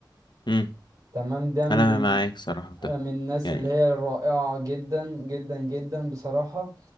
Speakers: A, on the left (about 65°); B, on the right (about 45°).
A: امم
B: تمام ده من
A: انا معاك صراحة في
B: آه،
A: ده
B: من الناس
A: يعني
B: اللي هي الرائعة جدا جدا جدا بصراحة